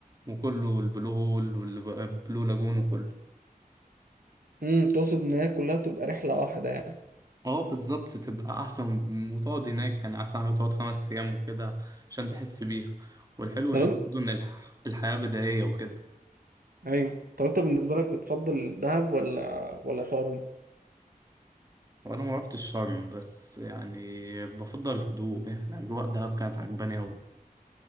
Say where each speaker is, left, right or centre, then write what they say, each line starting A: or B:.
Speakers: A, on the right; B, on the right.
A: وكله والبلو هول والبلو لاجون وكله
B: امم تقصد ان هي كلها تبقى رحلة واحدة يعني
A: اه بالظبط تبقى احسن وتقعد هناك يعني احسن حاجة تقعد خمس ايام وكده عشان تحس بيها والحلو
B: طب
A: هناك
B: انت
A: برضه ان الح... الحياة بدائية وكده
B: ايوه طب انت بالنسبة لك بتفضل دهب ولا ولا شرم؟
A: وانا ما روحتش شرم بس يعني بفضل الهدوء يعني اجواء دهب كانت عجباني اوي